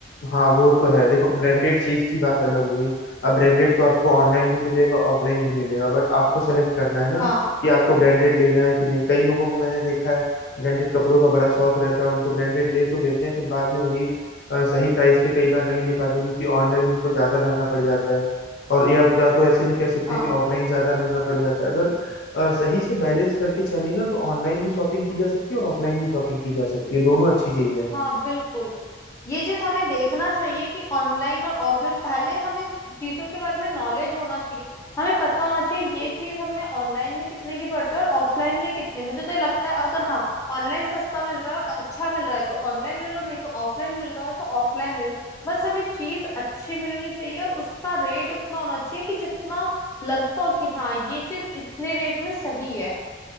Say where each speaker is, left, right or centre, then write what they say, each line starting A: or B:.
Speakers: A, on the left; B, on the left.
A: हाँ वो तो है देखो ब्रांडेड चीज की बात अलग हो गई अब ब्रांडेड तो आपको ऑनलाइन भी मिलेगा ऑफलाइन भी मिलेगा बट आपको सेलेक्ट करना है ना
B: हाँ
A: कि आपको ब्रांडेड लेना है कि नहीं कई लोगों को मैंने देखा है ब्रांडेड कपड़ों का बड़ा शौक रहता है उनको ब्रांडेड ले तो लेते हैं फिर बाद में वही अ, सही प्राइस पे कई बार नहीं ले पाते क्योंकि ऑनलाइन उनको ज्यादा महंगा पड़ जाता है और या या तो ऐसे भी कह सकते
B: हाँ
A: हैं कि ऑफलाइन ज्यादा महंगा पड़ जाता है अगर अ, सही से बैलेंस करके चले ना तो ऑनलाइन भी शॉपिंग की जा सकती है और ऑफलाइन भी शॉपिंग की जा सकती है दोनों अच्छी चीज है
B: हाँ बिल्कुल ये चीज हमें देखना चाहिए कि ऑनलाइन और ऑफलाइन पहले हमें चीजों के बारे में नॉलेज होना चाहिए हमें पता होना चाहिए ये चीज हमें ऑनलाइन में कितने की पड़ रही है और ऑफलाइन में कितने मुझे तो ये लगता है अगर हाँ ऑनलाइन सस्ता मिल रहा है और अच्छा मिल रहा है तो ऑनलाइन ले लो नहीं तो ऑफलाइन मिल रहा है तो ऑफलाइन ले लो बस हमें चीज अच्छी मिलनी चाहिए और उसका रेट उतना होना चाहिए कि जितना लगता हो कि हाँ ये चीज इतने रेट में सही है